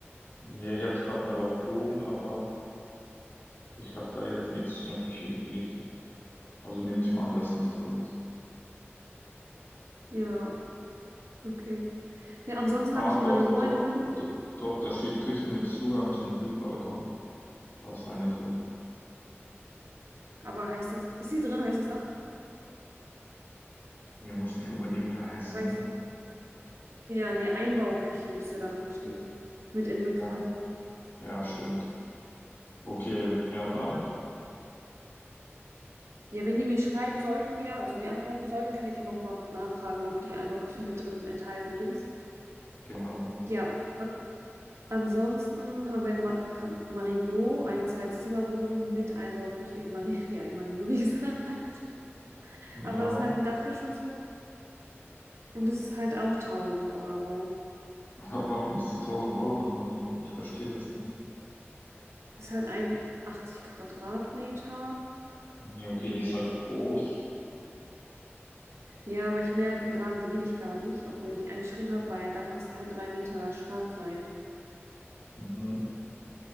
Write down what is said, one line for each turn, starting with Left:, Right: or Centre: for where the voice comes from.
Left: Ja, ich habe es gerade mal überflogen, aber ich habe da jetzt nichts zu einer Küche gelesen. Also nehme ich mal an, dass nicht drin ist.
Right: Ja, okay. Ja, ansonsten
Left: Ah,
Right: habe ich
Left: doch,
Right: in Marino
Left: doch,
Right: eine Wohnung.
Left: doch, doch, da steht Küche mit Zugang zum Südbalkon. Da ist eine drin.
Right: Aber heißt das, ist die drin, heißt das das?
Left: Nee, muss nicht unbedingt heißen,
Right: Heißt
Left: ne?
Right: das? Ja, nee, Einbauküche müsste da drin stehen. Mit inbegriffen.
Left: Ja, ja, stimmt. Okay, ja, dann,
Right: Ja. Ja, wenn die mir schreiben sollten wieder, also mir antworten sollten, kann ich ja nochmal nachfragen, ob die Einbauküche mit drin enthalten ist.
Left: genau.
Right: Ja, an- ansonsten haben wir in Ma Pa- Marienloh eine Zwei-Zimmer-Wohnung mit Einbauküche in Mari <laughs> ja, in Marienloh, wie gesagt.
Left: Ja,
Right: Aber das ist halt ein Dachgeschosswohnung und das ist halt auch tausend Euro.
Left: <laughs> aber warum ist die tausend Euro in Marienloh? Ich verstehe das nicht.
Right: Ist halt ein 80 Quadratmeter.
Left: Ja, okay,
Right: Mm,
Left: die ist halt groß.
Right: Ja, aber ich merke gerade, die will ich gar nicht, obwohl ich die angeschrieben habe, weil da passt kein drei Meter Schrank rein.
Left: Mhm,